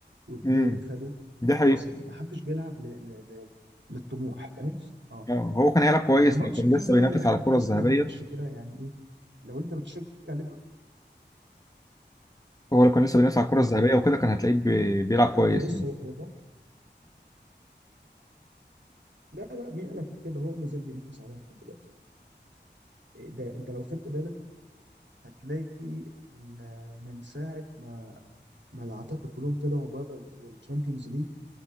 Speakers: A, on the right; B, on the left.
A: والدوري
B: امم
A: خده
B: دي
A: فخلاص
B: حقيقه
A: يعني ما حدش بيلعب ل... ل... ل... للطموح فاهم اه
B: آه، هو كان هيلعب كويس
A: فالماتش
B: لو كان
A: كان
B: لسه
A: مريح
B: بينافس على
A: كده
B: الكره
A: تحس
B: الذهبيه
A: لو ماتش كده يعني ايه لو انت بتشجع ليفربول
B: هو لو كان لسه بينافس على الكره
A: اه
B: الذهبيه وكده كان هتلاقيه بي- بيلعب كويس
A: هو بص
B: يعني
A: هو هو صح لا لا مين قالك كده هو ما زال بينافس عليها لحد دلوقتي إيه ده انت لو خدت بالك هتلاقي ان من ساعه ما ما العتاقة كلهم طلعوا بره الشامبيونز ليج